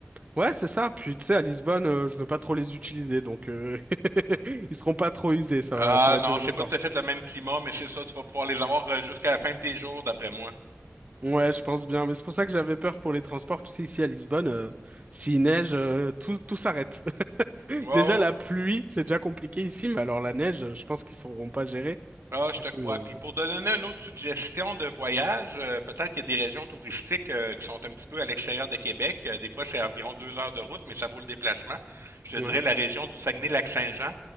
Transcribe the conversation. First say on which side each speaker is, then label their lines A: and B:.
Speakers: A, on the right; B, on the right.
A: Ouais, c'est ça. Puis tu sais, à Lisbonne, euh, je veux pas trop les utiliser, donc euh, <laughs> ils seront pas trop usés. Ça,
B: Ah
A: va- ça va
B: non,
A: durer
B: c'est
A: longtemps.
B: pas tout à fait le même climat, mais c'est ça, tu vas pouvoir les avoir euh, jusqu'à la fin de tes jours, d'après moi.
A: Ouais, je pense bien. Mais c'est pour ça que j'avais peur pour les transports. Tu sais, ici à Lisbonne, euh, s'il neige, euh, tout, tout s'arrête. <laughs>
B: Ouais,
A: Déjà la pluie, c'est déjà compliqué ici, mais alors la neige, je pense qu'ils sauront pas gérer.
B: Ah, je
A: Du
B: te
A: coup,
B: crois. Puis pour te donner une autre suggestion de voyage, euh, peut-être qu'il y a des régions touristiques euh, qui sont un petit peu à l'extérieur de Québec. Euh, des fois, c'est environ deux heures de route, mais ça vaut le déplacement. Je te
A: je-
B: dirais
A: ouais.
B: la région du Saguenay-Lac-Saint-Jean.